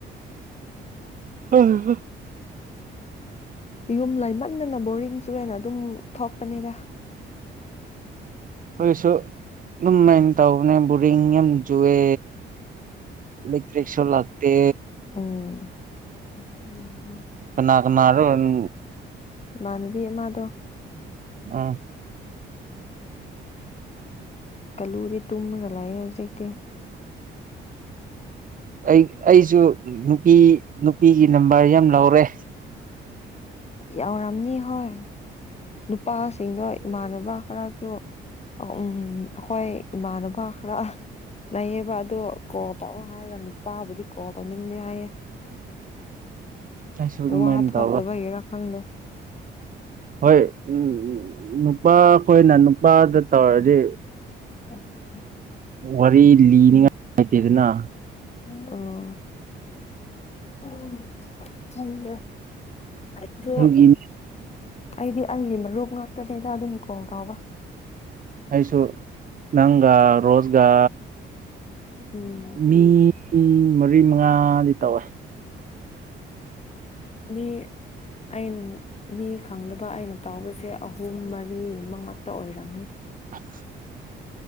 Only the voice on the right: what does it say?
<unintelligible>
ꯈꯣꯏꯁꯨ ꯑꯗꯨꯝꯃꯥꯏꯅ ꯇꯧꯕꯅꯦ ꯕꯣꯔꯤꯡ ꯌꯥꯝ ꯆꯨꯋꯦ꯫ ꯏꯂꯦꯛꯇ꯭ꯔꯔꯤꯛꯁꯨ ꯂꯥꯛꯇꯦ꯫
ꯀꯅꯥ ꯀꯅꯥꯔꫭ
<unintelligible>
ꯑꯩ ꯑꯩꯁꯨ ꯅꯨꯄꯤ ꯅꯨꯄꯤꯒꯤ ꯅꯝꯕꯔ ꯌꯥꯝ ꯂꯧꯔꯦ꯫
ꯑꯩꯁꯨ ꯑꯗꯨꯃꯥꯏꯅ
ꯇꯧꯕ
ꯍꯣꯏ ꯎꯝ ꯅꯨꯄꯥꯈꯣꯏꯅ ꯅꯨꯄꯥꯗ ꯇꯧꯔꯗꯤ
ꯋꯥꯔꯤ ꯂꯤꯅꯤꯉꯥꯏ ꯂꯩꯇꯦꯗꯅꯥ꯫
ꯑꯗꯨꯒꯤꯅꯦ
ꯑꯩꯁꯨ꯫ ꯅꯪꯒ ꯔꯣꯖꯒ
ꯃꯤ ꯃꯔ ꯃꯔꯤ ꯃꯉꯥꯗꯤ ꯇꯧꯋꯦ
ꯑ